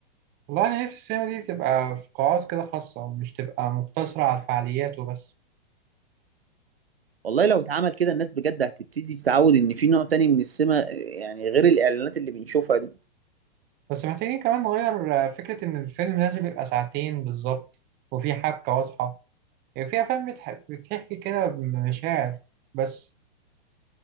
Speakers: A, on the right; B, on the right.
A: والله انا نفسي السينما دي تبقى في قاعات كده خاصة مش تبقى مقتصرة على الفعاليات وبس
B: والله لو اتعمل كده الناس بجد هتبتدي تتعود ان في نوع تاني من السينما آه، يعني غير الاعلانات اللي بنشوفها دي
A: بس محتاجين كمان نغير آه، فكرة إن الفيلم لازم يبقى ساعتين بالظبط وفي حبكة واضحة يعني في أفلام بتح- بتحكي كده بمشاعر بس